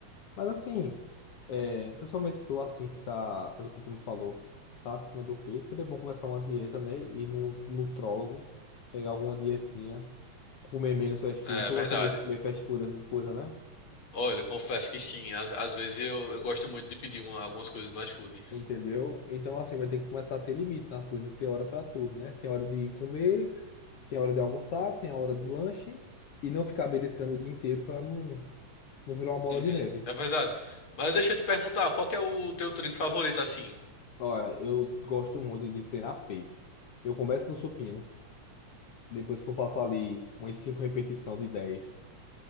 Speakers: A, on the left; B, on the left.
A: Mas assim, é, principalmente tu assim que tá, pelo que tu me falou, tá acima do peso, seria bom começar uma dieta, né? Ir num nutrólogo, pegar alguma dietinha, comer menos fast
B: É,
A: food. Tu
B: verdade.
A: gosta muito de comer fast food, essas coisas, né?
B: Olha, confesso que sim. Às, às vezes eu, eu gosto muito de pedir uma- algumas coisas no iFood.
A: Entendeu? Então assim, vai ter que começar a ter limite nas coisas, ter hora pra tudo, né? Tem hora de comer, tem hora de almoçar, tem a hora do lanche e não ficar beliscando o dia inteiro pra não, não virar uma bola
B: Uhum,
A: de neve.
B: é verdade. Mas deixa eu te perguntar, qual que é o teu treino favorito, assim?
A: Olha, eu gosto muito de treinar peito. Eu começo no supino. Depois que eu faço ali umas 5 repetições de dez